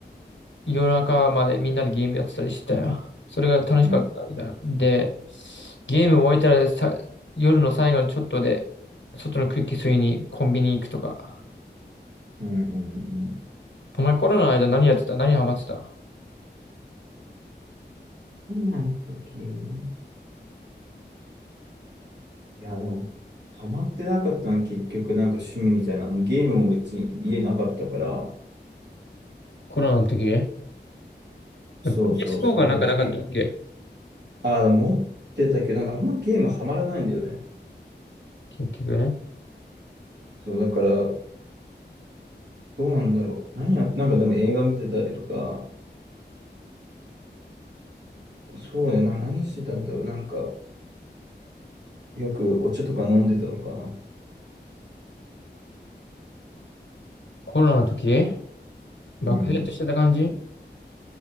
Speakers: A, on the left; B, on the right.
A: 夜中までみんなでゲームやってたりしてたよ。それが楽しかったみたいな。
B: うん、
A: で、ゲーム終えたらさ、夜の最後のちょっとで、外の空気吸いにコンビニ行くとか。
B: うん、うん、うん。
A: お前コロナの間何やってた何ハマってた
B: 今の時、いや、でも、ハマってなかったの結局なんか趣味みたいな、もうゲームも別に家なかったから、
A: コロナの時、
B: そうそうそう、
A: PS4 がなんかなかったっけ
B: なんかつけ、ああ、持ってたけど、なんかあんまゲームハマらないんだよね。
A: 結局ね。
B: そう、だから、どうなんだろう。何や、なんかでも映画見てたりとか、そうね、な、何してたんだろう。なんか、よくお茶とか飲んでたのかな。
A: コロナの時、
B: うん。
A: 漠然としてた感じ